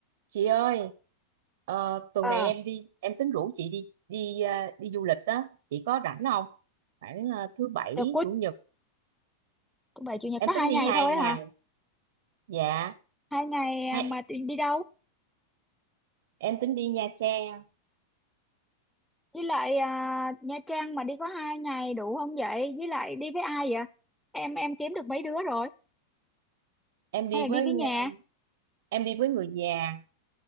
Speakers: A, on the right; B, in the centre.
A: chị ơi ờ, tuần
B: ờ
A: này em đi em tính rủ chị đi đi à, đi du lịch đó chị có rảnh không khoảng à, thứ bảy
B: rồi cuối
A: chủ nhật
B: thứ bảy chủ nhật
A: em
B: có hai
A: tính đi
B: ngày
A: hai
B: thôi
A: ngày
B: hả
A: dạ
B: hai ngày à,
A: hay
B: mà đi, đi đâu
A: em tính đi Nha Trang
B: với lại à, Nha Trang mà đi có hai ngày đủ không vậy với lại đi với ai vậy em em kiếm được mấy đứa rồi
A: em đi
B: hay là
A: với
B: đi với nhà
A: à, em đi với người già